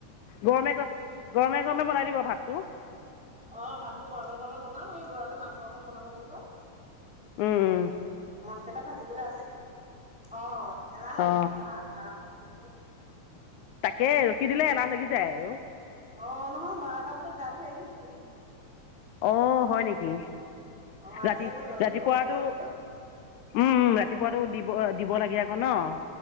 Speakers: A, on the left (about 80°); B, in the centre.
A: গৰমে -গ -গৰমে-গৰমে বনাই দিব ভাত তো
B: অহ, ভাতটো গৰমে-গৰমে বনাম এই ল'ৰালে মাংস অকণ বনাব লাগিব।
A: উম-উম।
B: মাছ কেইটা ভাজিবলৈ আছেই অহ এলাহ লাগিছে
A: অ
B: অকণ আৰাম কৰিছো।
A: তাকে ৰখি দিলে এলাহ লাগি যায় আৰু
B: অ', নহয় বাৰটা বজাত গা় ধুই আহিছোহে
A: অ', হয় নেকি?
B: অ আজি
A: ৰাতি
B: আকৌ জল্দি
A: ৰাতিপুৱাটো
B: হ'ব বুলি ভাবিলো
A: উম- উম ৰাতিপুৱাটো দিব দিব লাগে আকৌ ন'?